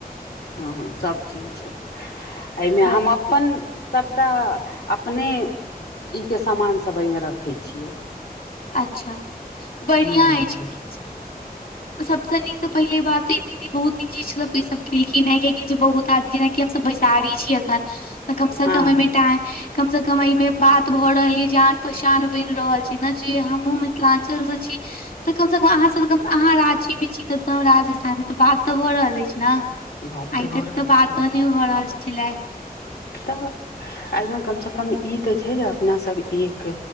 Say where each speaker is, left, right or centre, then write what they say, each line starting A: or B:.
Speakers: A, on the left; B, on the left.
A: हँ हँ सभ चीज एइमे
B: बड़
A: हम अपन सभटा अपने ई के समान सब अइमे रखै छियै
B: अच्छा बढ़ियां
A: हूँ
B: अछि सबसँ नीक तऽ पहिले बात दिदि बहुत निख चीज सब ईसभ केलखिन हे कआकि जे बहुत आदमी जेनाकि हम सभ बैसारी छिय अखन तऽ कमसँ
A: हँ
B: कम अइ मे टाइ कमसँ कम अइमे बात भऽ रहल यइ जान पहचान बनि रहल छै ने जे हमहूँ मिथिलाञ्चलसँ छी तऽ कमसँ कम अहाँ सब अहाँ राची मे छी कतहु राजस्थान मे तऽ बात तऽ भऽ रहल अछि न
A: बात
B: आइ
A: भऽ
B: तक
A: रहल
B: तऽ बातो
A: छै
B: नै भऽ रहल छेला
A: तऽ एहिमे कमसँ कम ई तऽ छै जे अपनासभ एक